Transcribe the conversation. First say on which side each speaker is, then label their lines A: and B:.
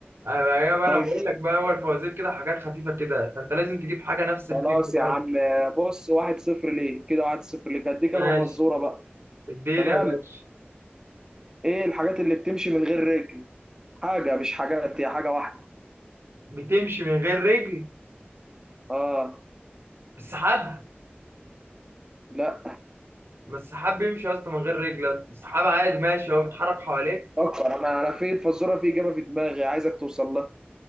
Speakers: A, on the right; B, on the right.
A: أنا بقى أنا
B: طيب
A: بقول لك بقى أول فوازير كده حاجات خفيفة كده فأنت لازم تجيب حاجة نفس الفكر
B: خلاص يا
A: برضه
B: عم بص واحد صفر ليه كده واحد صفر ليك هديك
A: ماشي
B: انا فزوره بقى
A: اديني
B: تمام
A: يا باشا
B: ايه الحاجات اللي بتمشي من غير رجل حاجه مش حاجات هي حاجه واحده
A: بتمشي من غير رجل
B: اه
A: السحاب
B: لا
A: ما السحاب بيمشي يا اسطى من غير رجل السحاب عادي ماشي هو بيتحرك حواليك
B: فكر انا انا في الفزوره في اجابه في دماغي عايزك توصل لها